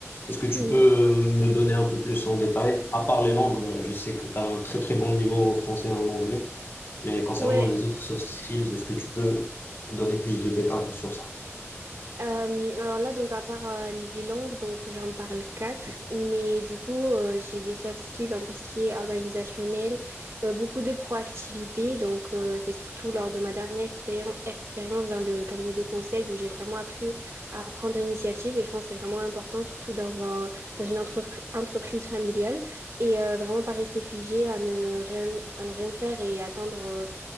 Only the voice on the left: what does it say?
Est-ce que tu
peux euh, me donner un peu plus en détail? À part les langues, euh, je sais que tu as un très très bon niveau en français et en anglais, mais concernant
les autres soft skills, est-ce que tu peux donner plus de détails sur ça?